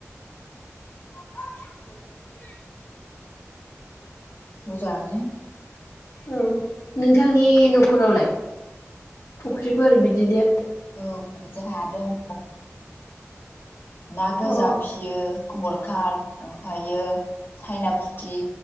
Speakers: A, on the left; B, on the left.
A: <unintelligible> मोजाङानो
B: औ नोंथांनि न'खरावलाय फुख्रिफोर बिदिनो
A: औ जोंहा दङ ना गोजा
B: अ
A: फियो कमलकार ओमफ्रायो सायना फुथि